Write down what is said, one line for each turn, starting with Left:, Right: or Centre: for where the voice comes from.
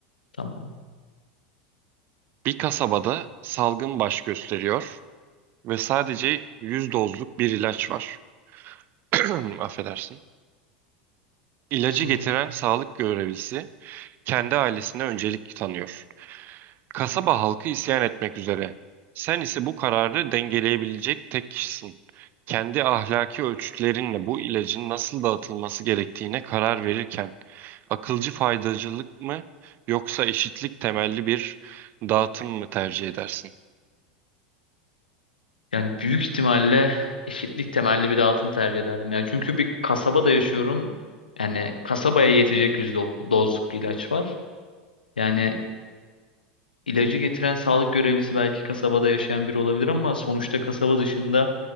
Left: Tamam.
Right: Bir kasabada salgın baş gösteriyor ve sadece 100 dozluk bir ilaç var. <clears throat> Affedersin. İlacı
Left: Sorularım.
Right: getiren sağlık görevlisi kendi ailesine öncelik tanıyor. Kasaba halkı isyan etmek üzere. Sen ise bu kararı dengeleyebilecek tek kişisin. Kendi ahlaki ölçütlerinle bu ilacın nasıl dağıtılması gerektiğine karar verirken akılcı faydacılık mı yoksa eşitlik temelli bir dağıtım mı tercih edersin?
Left: Yani büyük ihtimalle eşitlik temelli bir dağıtım tercih ederdim. Yani çünkü bir kasabada yaşıyorum. Yani kasabaya yetecek yüz do- dozluk bir ilaç var. Yani İlacı getiren sağlık görevlisi belki kasabada yaşayan biri olabilir ama sonuçta kasaba dışında